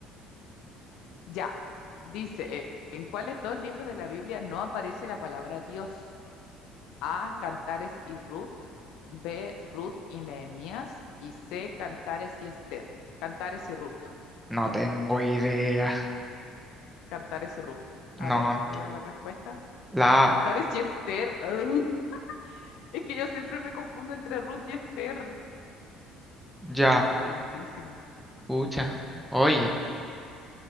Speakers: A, on the left (about 75°); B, in the centre.
A: Ya, dice, eh, ¿en cuáles dos libros de la Biblia no aparece la palabra Dios? A, Cantares y Ruth, B, Ruth y Nehemías, y C, Cantares y Esther. Cantares y Ruth.
B: No tengo idea.
A: Cantares y Ruth. A
B: No,
A: ver, voy a ver la respuesta.
B: la,
A: Cantar
B: A,
A: es Yester. ¡Ugh! Es que yo siempre me confundo entre Ruth y Esther.
B: ya,
A: La grandísima.
B: escucha, oye,